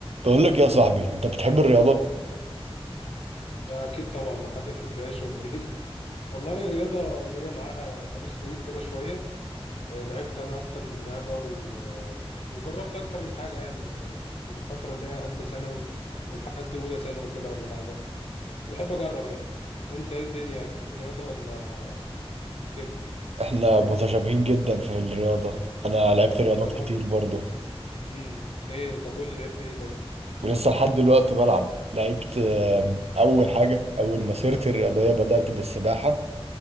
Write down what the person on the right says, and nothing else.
بقول لك يا صاحبي انت بتحب الرياضة
احنا متشابهين جدا في الرياضة انا لعبت
رياضات
كتير برضه
ولسه لحد دلوقتي بلعب لعبت آم،
اول حاجة اول مسيرتي الرياضية بدأت بالسباحة